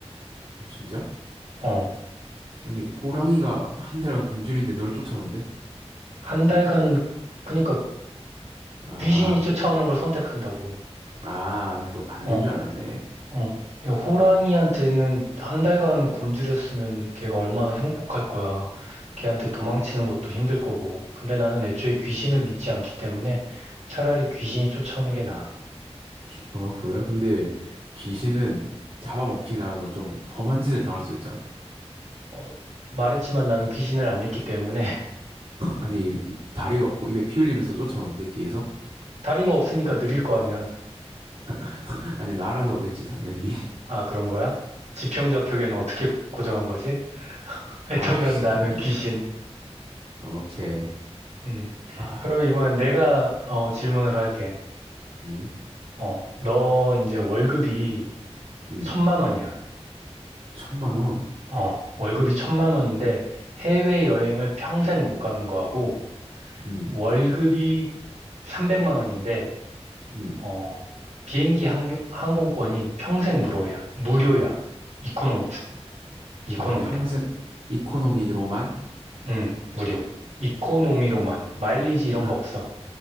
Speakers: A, on the right; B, on the right.
A: 어, 진짜?
B: 어.
A: 아니, 호랑이가 한 달간 굶주리는데 널 쫓아온대?
B: 한 달간, 그니까
A: 아,
B: 귀신이 쫓아오는 걸 선택한다고.
A: 아, 난 너 반대인
B: 어,
A: 줄 알았네.
B: 어. 야, 호랑이한테는 한 달간 굶주렸으면 걔가 얼마나 흉폭할 거야. 걔한테 도망치는 것도 힘들 거고. 근데 나는 애초에 귀신을 믿지 않기 때문에 차라리 귀신이 쫓아오는 게 나아.
A: 어, 그래? 근데 귀신은 잡아먹히나 너좀 험한 짓을 당할 수 있잖아.
B: 어, 말했지만 나는 귀신을 안 믿기 때문에
A: 아니, 이- 다리가 없고 입에 피 흘리면서 쫓아오는데, 뒤에서?
B: 다리가 없으니까 느릴 거 아니야.
A: <laughs> 아니, 날아서 오겠지, 당연히. <laughs>
B: 아, 그런 거야? 지평 좌표계는 어떻게 고정한 거지? <laughs> 하여튼간
A: 가,
B: 나는
A: <laughs>
B: 귀신.
A: 오케이.
B: 음.
A: 아,
B: 그면 이번엔 내가 어, 질문을 할게.
A: 음,
B: 어, 너 이제 월급이
A: 음.
B: 천만 원이야.
A: 어, 천만 원.
B: 어, 월급이 천만 원인데 해외 여행을 평생 못 가는 거하고
A: 음,
B: 월급이 300만 원인데
A: 음.
B: 어, 비행기 항공, 항공권이 평생 무료야. 무료야. 이코노미, 이코노미로.
A: 아, 평생 이코노미로만?
B: 응, 무료. 이코노미로만. 마일리지 이런
A: 아,
B: 거 없어.